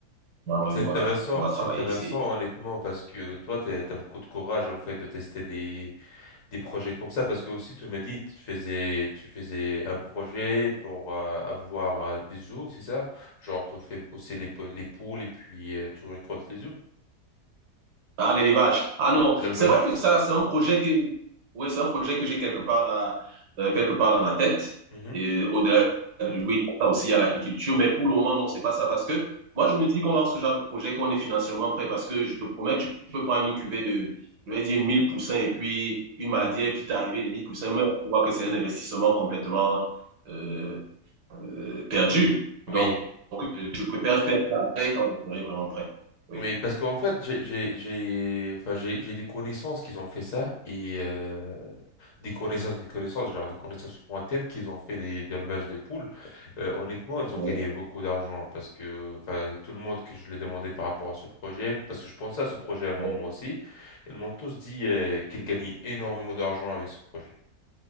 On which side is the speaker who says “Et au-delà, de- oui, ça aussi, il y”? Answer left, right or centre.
Right